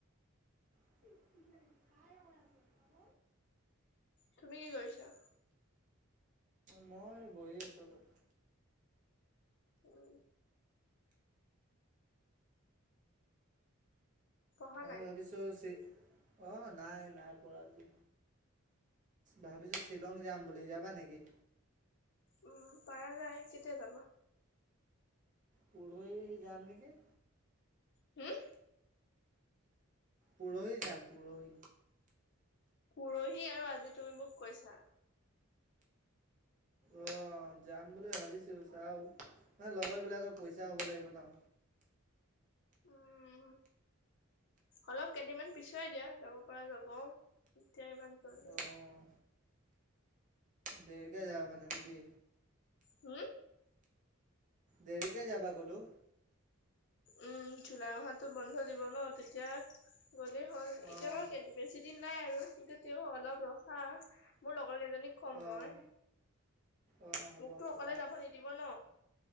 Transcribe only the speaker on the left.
তুমি কি কৰিছা?
উম পঢ়া
নাই
উম, পাৰা যায়, কেতিয়া যাবা?
হম?
পুৰহি আৰু আজি তুমি মোক কৈছা।
উম। অলপ কেইদিনমান পিছুৱাই দিয়া যাব পৰা যাব, এতিয়া ইমান জল
হুম?
উম, জুলাই মাহতো বন্ধ দিব ন' তেতিয়া গ'লেই হ'ল
এতিয়া বাৰু কেইদ বেছিদিন নাই আৰু কিন্তু তেওঁ অলপ ৰখা মোৰ লগৰ কেইজনীক ক'ম
মই।
মোকতো
অকলে যাব নিদিব ন'।